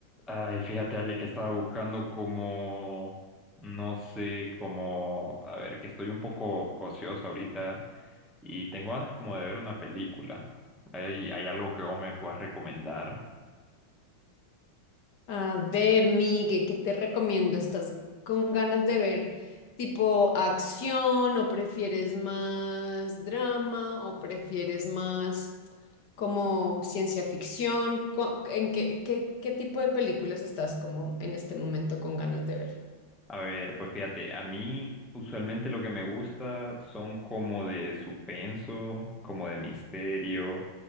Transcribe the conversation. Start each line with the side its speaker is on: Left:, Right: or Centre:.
Centre: Ay, fíjate, Ale, que estaba buscando como, no sé, como, a ver, que estoy un poco ocioso ahorita y tengo ganas como de ver una película. ¿Hay, hay algo que vos me puedas recomendar?
Left: A ver, Migue, ¿qué te recomiendo? ¿Estás con ganas de ver tipo acción o prefieres más drama o prefieres más como ciencia ficción? Co- ¿En qué, qué, qué tipo de películas estás como en este momento con ganas de ver?
Centre: A ver, pues fíjate, a mí usualmente lo que me gusta son como de suspenso, como de misterio,